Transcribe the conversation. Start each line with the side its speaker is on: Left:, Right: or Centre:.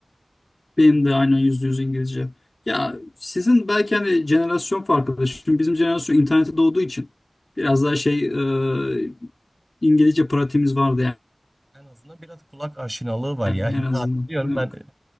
Left: Benim de aynen yüzde yüz İngilizce. Ya sizin belki hani jenerasyon farkıdır. Şimdi bizim jenerasyon internete doğduğu için biraz daha şey e, İngilizce pratiğimiz vardı yani,
Right: En azından biraz kulak aşinalığı var
Left: yani
Right: ya. <laughs>
Left: en azından.
Right: Ben hatırlıyorum
Left: Ne
Right: ben
Left: olacak?